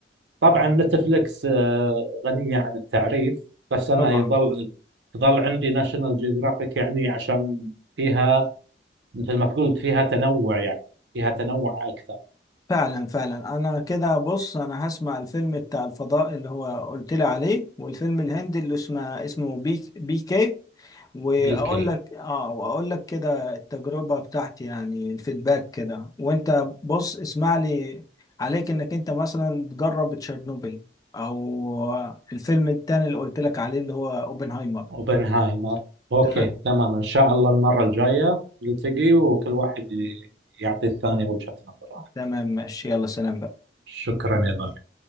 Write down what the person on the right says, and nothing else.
طبعا نتفلكس آه، غنيه عن التعريف بس انا
يظل تظل عندي ناشونال جيوغرافيك يعني عشان فيها مثل ما قلت فيها تنوع يعني فيها تنوع اكثر
بيكي
اوبنهايمر اوكي
تمام ان شاء الله المره الجايه نلتقي وكل واحد ي- يعطي الثاني وجهه نظره
شكرا يا غالي